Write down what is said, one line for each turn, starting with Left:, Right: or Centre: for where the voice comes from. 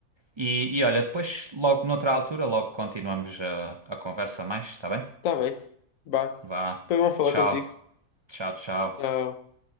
Right: E, e olha, depois, logo noutra altura, logo continuamos a, a conversa mais, está bem?
Left: Tá bem, vá.
Right: Vá,
Left: Foi bom falar
Right: tchau,
Left: contigo.
Right: tchau, tchau.
Left: Tchau.